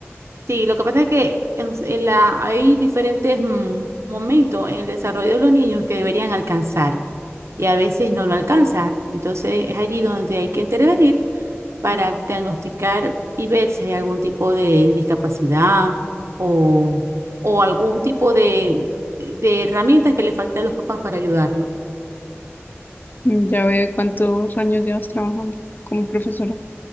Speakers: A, on the right; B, on the left.
A: sí, lo que pasa es que es- en la- hay diferentes mm, momentos en el desarrollo de los niños que deberían alcanzar y a veces no lo alcanza. Entonces es allí donde hay que intervenir para diagnosticar y ver si hay algún tipo de discapacidad o, o algún tipo de, de herramientas que le faltan a los papás para ayudarlo.
B: Mm, Ya veo cuántos años llevas trabajando como profesora.